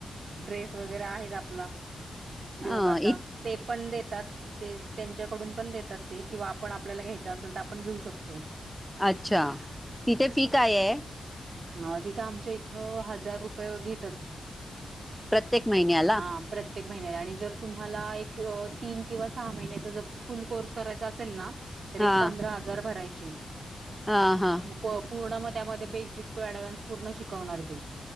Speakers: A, on the right; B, in the centre.
A: ड्रेस वगैरे आहेत आपला. योगाचा
B: ह इ
A: ते पण देतात. ते त्यांच्याकडून पण देतात ते किंवा आपण आपल्याला घ्यायच असेल तर आपण घेऊ शकतो
B: अच्छा. तिथे फी काय आहे.
A: अ तिथं आमच्या इथं हजार रुपये घेतात.
B: प्रत्येक महिन्याला.
A: हा प्रत्येक महिन्याला आणि जर तुम्हाला एक तीन किंवा सहा महिन्याचा जर फुल कोर्स करायचा असेल ना तर
B: हा
A: एक पंधरा हजार भराय चे.
B: हा. हा
A: पूर्ण त्यामध्ये बेसिक टू अँडव्हान्स पूर्ण शिकवणार ते.